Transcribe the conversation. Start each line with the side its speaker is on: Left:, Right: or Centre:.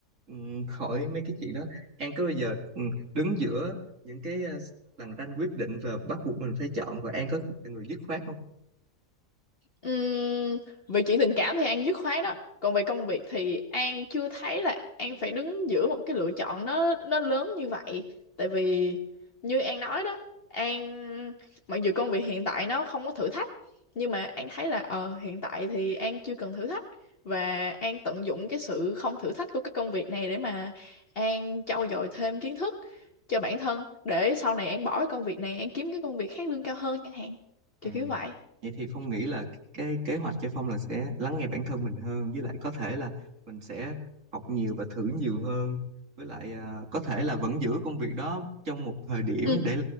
Right: ừm, khỏi mấy cái chuyện đó An có bao giờ ừm, đứng giữa những cái ờ, lằn ranh quyết định và bắt buộc mình phải chọn và An có là người dứt khoát
Left: Ừm, về chuyện tình cảm thì An dứt khoát đó còn về công việc thì An chưa thấy là An phải đứng giữa một cái lựa chọn nó nó lớn như vậy tại vì như An nói đó An mặc dù công việc hiện tại nó không có thử thách nhưng mà An thấy là ờ hiện tại thì An chưa cần thử thách và An tận dụng cái sự không thử thách của cái công việc này để mà An trau dồi thêm kiến thức cho bản thân để sau này An bỏ cái công việc này An kiếm cái công việc khác lương cao hơn chẳng hạn
Right: không
Left: kiểu kiểu vậy
Right: Vậy thì Phong nghĩ là cái kế hoạch cho Phong là sẽ lắng nghe bản thân mình hơn với lại có thể là mình sẽ học nhiều và thử nhiều hơn với lại à, có thể là vẫn giữ công việc đó trong một thời điểm
Left: Ừ.
Right: để